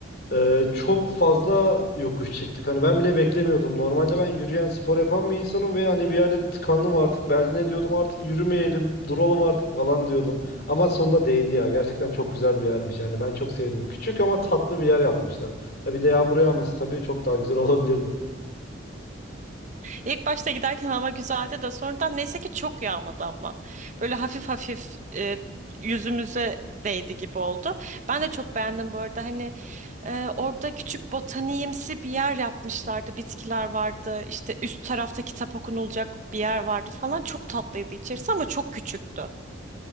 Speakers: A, on the left (about 50°); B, on the right (about 40°).
A: Ee, çok fazla yokuş çıktık. Hani ben bile beklemiyordum. Normalde ben yürüyen spor yapan bir insanım ve hani bir yerde tıkandım artık. Belki ne diyordum artık yürümeyelim, duralım artık falan diyordum. Ama sonunda değdi ya. Gerçekten çok güzel bir yermiş yani. Ben çok sevdim. Küçük ama tatlı bir yer yapmışlar. Ya bir de yağmur yağması tabii çok daha güzel <laughs> olabilirdi.
B: İlk başta giderken hava güzeldi de sonradan neyse ki çok yağmadı ama. Böyle hafif hafif e, yüzümüze değdi gibi oldu. Ben de çok beğendim bu arada. Hani Ee, orada küçük botaniğimsi bir yer yapmışlardı. Bitkiler vardı. İşte üst tarafta kitap okunulacak bir yer vardı falan. Çok tatlıydı içerisi ama çok küçüktü.